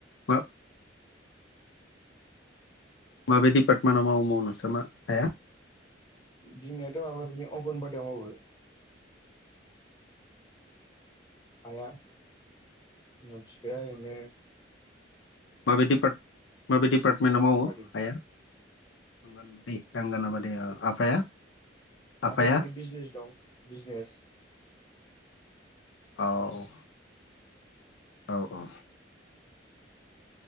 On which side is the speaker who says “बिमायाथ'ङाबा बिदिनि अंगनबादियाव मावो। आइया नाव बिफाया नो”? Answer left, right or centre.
Left